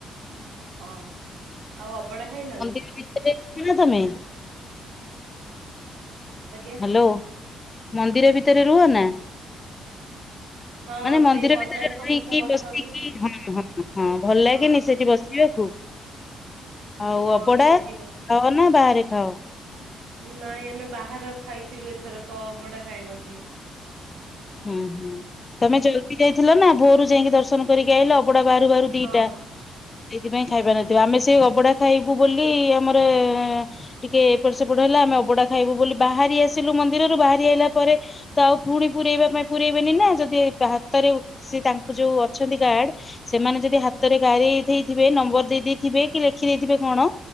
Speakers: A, on the right; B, on the left.
A: ହଁ ଆଉ ଅବଢ଼ା ଖାଇଲନା?
B: <unintelligible> ଖାଅ ତମେ
A: ଆଜ୍ଞା।
B: ହାଲୋ ମନ୍ଦିର ଭିତରେ ରୁହନା?
A: <inaudible>
B: ମାନେ ମନ୍ଦିର
A: ସେଇ ପଦାରେ
B: ଭିତରେ
A: ସମସ୍ତେ
B: ରହିକି
A: ବସନ୍ତି
B: ବସିକି ହଁ ହଁ ହଁ ଭଲ ଲାଗେନି
A: ହଁ
B: ସେଠି ବସିବାକୁ?
A: <inaudible>
B: ଆଉ
A: ହଁ
B: ଅବଢ଼ା
A: ସେଇଠି ବସ
B: ଖାଅନା ବାହାରେ ଖାଅ?
A: ନାଇଁ ଆମେ ବାହାର ଖାଇଥିଲୁ ଏଥରକ ଅଭଡ଼ା ଖାଇନଥିଲୁ।
B: ହୁଁ ହୁଁ ତମେ ଜଲଦି ଯାଇଥିଲନା ଭୋର ଭୋରୁ ଯାଇକି ଦର୍ଶନ କରିକି ଆଇିଲ ଅଭଢ଼ା ବାହାରୁ ବାହାରୁ ଦିଟା
A: ହଁ
B: ସେଇଥିପାଇଁ ଖାଇ ପାରିନଥିବ ଆମେ ସେ ଅଭଢ଼ା ଖାଇବୁ ବୋଲି ଆମର ଟିକେ ଏପଟ ସେପଟ ହେଲା ଆମେ ଅବଢ଼ା ଖାଇବୁ ବୋଲି ବାହାରି ଆସିଲୁ ମନ୍ଦିରରୁ ବାହାରି ଆସିଲା ପରେ ତ ଆଉ ପୁଣି ପୁରଇବା ପାଇଁ ପୁରଇବେନିନା ଯଦି ହାତରେ ସେତାଙ୍କ ଯୋଉ ଅଛନ୍ତି ଗାର୍ଡ ସେମାନେ ଯଦି ହାତରେ ଗାରେଇ ଦେଇଥିବେ ନମ୍ବର ଦେଇ ଦେଇଥିବେ କିଲେଖି ଦେଇଥିବେ କଣ